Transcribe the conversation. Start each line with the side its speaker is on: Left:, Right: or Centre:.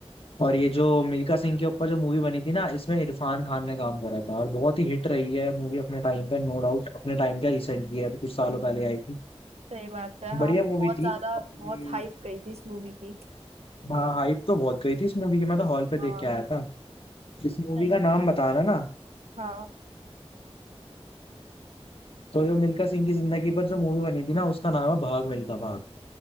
Left: और ये जो मिल्खा सिंह के ऊपर जो मूवी बनी थी ना इसमें इरफान खान ने काम करा था और बहुत ही हिट रही है मूवी अपने टाइम पे नो डाउट अपने टाइम पे रिसेंट की है अभी कुछ सालों पहले आई थी
Right: सही बात है हाँ
Left: बढ़िया मूवी
Right: बहुत
Left: थी
Right: ज्यादा
Left: और
Right: बहुत
Left: ये-
Right: हाइप गई थी इस मूवी की
Left: हाँ हाइप तो बहुत गई थी इस मूवी की मैं तो हॉल पे
Right: हाँ
Left: देख के आया था इस मूवी
Right: सही
Left: का
Right: है
Left: नाम बताना ना
Right: हाँ
Left: तो जो मिल्खा सिंह की जिंदगी पर जो मूवी बनी थी ना उसका नाम है भाग मिल्खा भाग